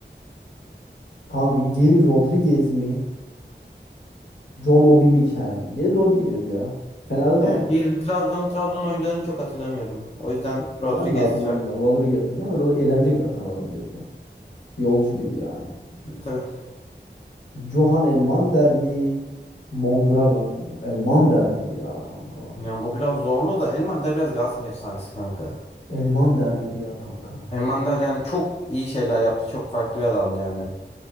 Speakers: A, on the left (about 75°); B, on the left (about 35°).
A: Kanka Geri Rodriguez mi? John Obi Mikel mi? Geri Rodriguez ya. Fener'de
B: Evet,
A: de oynadı.
B: diğer Trabzon Trabzon oyuncularını çok hatırlamıyorum. O yüzden Rodriguez
A: Ben de hatırlamıyorum.
B: Trabzon.
A: Rodriguez diyeceğim ama Rod eğlenecek zaten Rodriguez'de. Yolcu gibi yani.
B: Tabii tabii.
A: Johan Elmander mi? Mondragon mu? Elmander gibi ya kanka.
B: Yani bu biraz zorlu da Elmander biraz Galatasaray efsanesi kanka.
A: Elmander gibi ya kanka.
B: Elmander yani çok iyi şeyler yaptı. Çok farklı bir adamdı yani.